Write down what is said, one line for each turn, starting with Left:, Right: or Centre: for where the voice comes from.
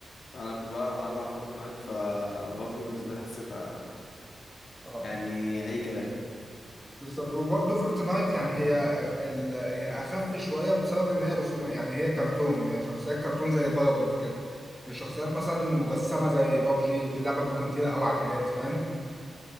Left: انا كنت بلعب انا بلعب فورت نايت فبابجي بالنسبه لي حسيتها
Centre: اه
Left: يعني اي كلام
Centre: بالظبط وبرضه فورتنايت يعني هي ال... هي اخف شويه بسبب ان هي رسومات يعني هي كرتون هي شخصيات كرتون زي فالورنت كده مش شخصيات مثلا مجسمه زي بابجي اللعبه بتكون تقيله قوي على الجهاز فاهم